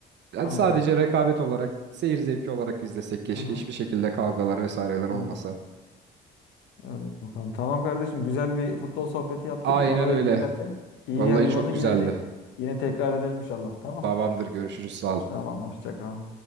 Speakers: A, on the right (about 70°); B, on the left (about 85°).
A: Yani
B: Aynen.
A: sadece rekabet olarak, seyir zevki olarak izlesek keşke.
B: Aha.
A: Hiçbir şekilde kavgalar vesaireler olmasa.
B: Evet. Evet bakalım. Tamam kardeşim. Güzel bir futbol sohbeti yaptık.
A: Aynen
B: Bana da
A: öyle.
B: iyi geldi. İyi
A: Vallahi
B: geldi
A: çok
B: bana.
A: güzeldi.
B: Yine te- yine tekrar edelim inşallah. Tamam.
A: Tamamdır görüşürüz sağ ol.
B: Tamam. Hoşça kal.